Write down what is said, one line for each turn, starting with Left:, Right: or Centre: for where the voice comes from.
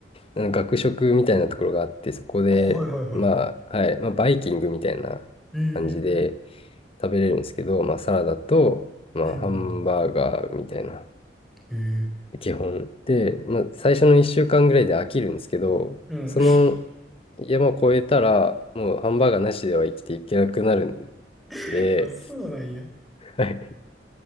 Left: あの学食みたいなところがあって、そこで、
Centre: あ、はいはいはい。
Left: まあ、はい、まあ、バイキングみたいな感じで
Centre: うんうんうん。
Left: 食べれるんですけど、まあ、サラダと、まあ、
Centre: うんうんうん。
Left: ハンバーガーみたいな、
Centre: ええ
Left: 基本。で、まあ、最初の1週間ぐらいで飽きるんですけど、
Centre: うん。
Left: その山を越えたら、もうハンバーガーなしでは生きていけなくなるん
Centre: <laughs>
Left: で、
Centre: あ、そうなんや。
Left: <laughs>